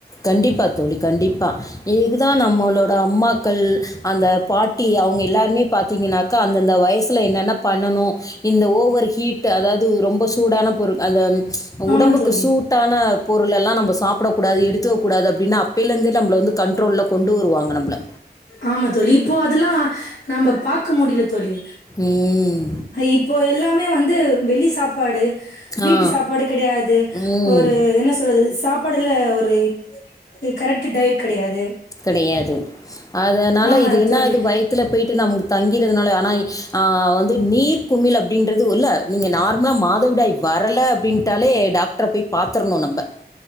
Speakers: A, on the left; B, on the left.
A: கண்டிப்பா தோழி கண்டிப்பாக இதுக்கு தா நம்மளோட அம்மாக்கள் அந்த பாட்டி அவங்க எல்லாருமே பாத்தீங்கன்னாக்கா அந்தந்த வயசுல என்னென்ன பண்ணனு இந்த ஓவர் ஹீட்டு அதாவது ரொம்ப சூடான பொருள் அந்த
B: ஆமா
A: உடம்புக்கு
B: தோழி
A: சூ டான பொருள் எல்லா நம்ப சாப்டக்கூடாது எடுத் துக்க கூடாது அப்டின் அப்பைல இருந்தே நம்பள வந்து கண்ட்ரோல்ல கொண்டு வருவாங்க நம்பள
B: ஆமா தோழி இப்போ அதெல்லா நம்ப பாக்க முடில தோழி
A: ம்
B: இப் போ எல்லாமே வந்து வெளி சாப்பாடு வீட்டு
A: ஆ
B: சாப்பாடு கிடையாது
A: ம்
B: ஒரு என்ன சொல்றது சாப்பாடுல ஒரு கரெட் டயட் கடையாது
A: கடையாது அதனால
B: ஆமா
A: இது என்னாது
B: தோழி
A: வயத்துல போயிட்டு நமக் தங்கிறதுனால ஆனா ஆ வந்து நீர் குமிழ் அப்டின்றது இல்ல நீங்க நார்மலா மாதவிடாய் வரல அப்டின்ட்டாலே டாக் ட்ர போய் பாத்ரணு நம்ப